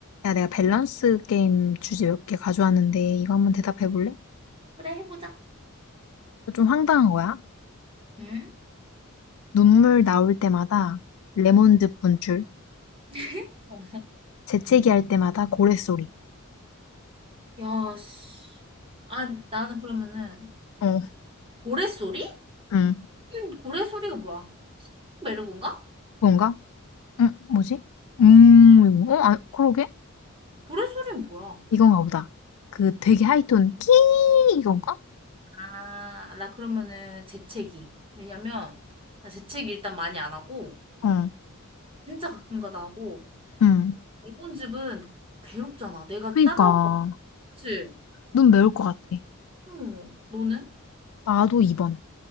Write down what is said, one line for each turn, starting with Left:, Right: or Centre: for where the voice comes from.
Left: 야, 내가 밸런스 게임 주제 몇 개 가져왔는데 이거 한번 대답해 볼래?
Right: 그래, 해보자.
Left: 좀 황당한 거야.
Right: 응?
Left: 눈물 나올 때마다 레몬즙 분출,
Right: <laughs> 어.
Left: 재채기 할 때마다 고래 소리.
Right: 야, 씨. 아, 나는 그러면은,
Left: 어,
Right: 고래소리?
Left: 응,
Right: 응, 고래소리가 뭐야? 메르곤가?
Left: 그건가? 응, 뭐지? 음, 이거, 어, 아, 그러게?
Right: 고래소리는 뭐야?
Left: 이건가 보다. 그 되게 하이톤 끼 이건가?
Right: 아, 나 그러면은 재채기. 왜냐면, 나 재채기 일단 많이 안 하고,
Left: 어,
Right: 진짜 가끔가다 하고,
Left: 응.
Right: 이번 집은 괴롭잖아. 내가
Left: 그니까
Right: 따가울 거야. 그치?
Left: 눈 매울 것 같아.
Right: 응, 너는?
Left: 나도 2번.